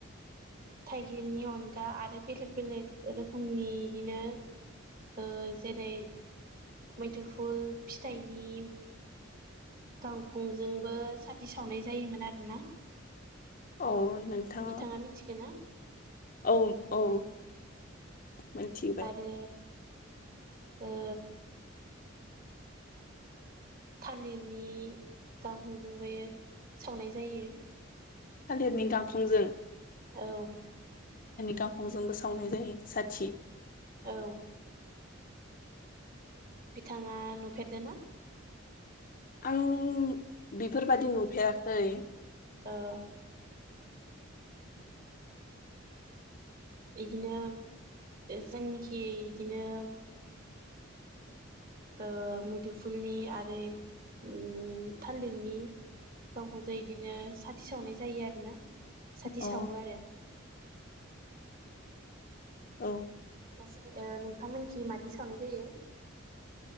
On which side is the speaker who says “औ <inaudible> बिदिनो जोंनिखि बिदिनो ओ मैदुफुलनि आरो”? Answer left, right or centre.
Right